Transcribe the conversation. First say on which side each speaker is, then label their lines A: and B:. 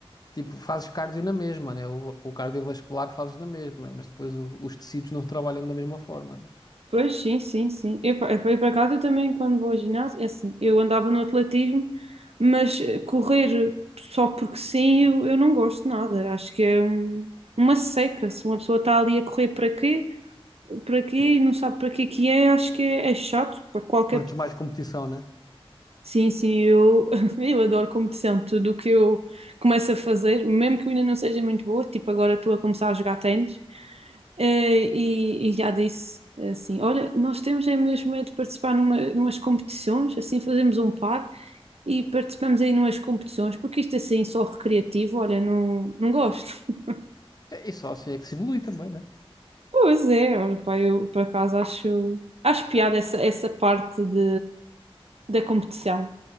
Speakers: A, on the left; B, on the right.
A: tipo, fazes cardio na mesma, né? O, o cardiovascular fazes na mesma, mas depois o- os tecidos não trabalham da mesma forma, né?
B: Pois sim, sim, sim. Eu, pa- eu, pa- eu, por acaso eu também quando vou ao ginásio, é assim, eu andava no atletismo, mas eh, correr só porque sim, eu, eu não gosto de nada. Acho que é um- uma seca. Se uma pessoa está ali a correr para quê? Para quê e não sabe para quê que é, acho que é, é chato para qualquer
A: Curtes mais competição, né?
B: Sim, sim, eu, <laughs> eu adoro competição. Tudo o que eu começo a fazer, mesmo que eu ainda não seja muito boa, tipo agora estou a começar a jogar ténis, eh, e, e já disse assim: olha, nós temos é mesmo é de participar numa, numas competições, assim fazemos um par e participamos aí numas competições, porque isto assim só recreativo, olha, não, não gosto. <laughs>
A: E e só assim é que se evolui também, né?
B: Pois é, olha, pá, eu por acaso acho, acho piada essa, essa parte de, da competição.